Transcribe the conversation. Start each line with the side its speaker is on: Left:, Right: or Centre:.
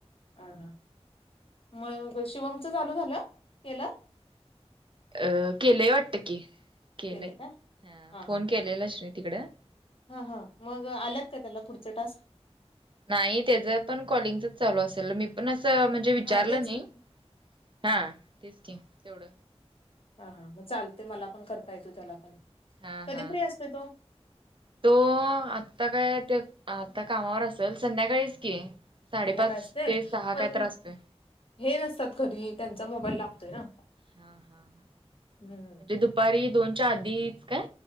Left: हां. हां. मग शिवमच चालू झालं? केल?
Right: अ. केलंय वाटत की. केलंय
Left: केले का
Right: ह.
Left: हा हा
Right: फोन केलेला श्रुती कडं
Left: हा हा. मग आल्यात का त्याला पुढचे टास्क?
Right: नाही त्याच पण कॉलिंगचच चालू असेल. मी पण असं म्ह- विचारलं
Left: हा तेच
Right: नाही.
Left: की
Right: हा. तेच की तेवढ.
Left: हा हा. मग चालते. मला पण करता येतो त्याला पण.
Right: हा
Left: कधी
Right: हा.
Left: फ्री असते तो
Right: तो आत्ता काय? ते आता कामावर असेल संध्याकाळीच की. साडेपाच
Left: संध्याकाळी असते
Right: ते सहा
Left: पण
Right: कायत असतोय.
Left: हे नसतात घरी. त्यांचा मोबाईल लागतोय ना?
Right: हा. हा. हा.
Left: हम्म
Right: म्हणजे दुपारी दोनच्या आधीच काय?